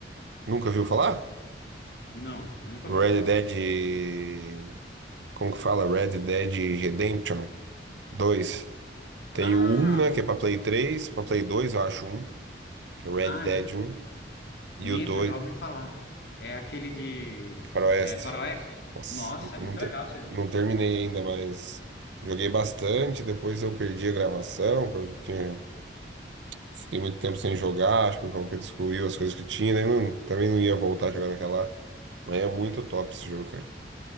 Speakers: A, on the right; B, on the left.
A: nunca viu falar?
B: Não, nunca
A: Red
B: ouvi falar.
A: Dead. Como que fala? Red Dead Redemption dois. Tem
B: Ah,
A: o 1, né?
B: o
A: Que é pra Play três, pra Play dois. eu acho um, que é Red
B: Ah,
A: Dead
B: já,
A: um E
B: minto,
A: o dois
B: já ouvi falar. É aquele de
A: Faroeste.
B: é, Faroeste.
A: Nossa,
B: Nossa,
A: eu
B: é muito
A: não, ter-
B: legal esse jogo.
A: não terminei ainda, mas joguei bastante. Depois eu perdi a gravação, que eu já tinha. Fiquei muito tempo sem jogar, acho que o João Pedro excluiu as coisas que tinha, né? Não- também não ia voltar a jogar naquela. Mas é muito top esse jogo, cara.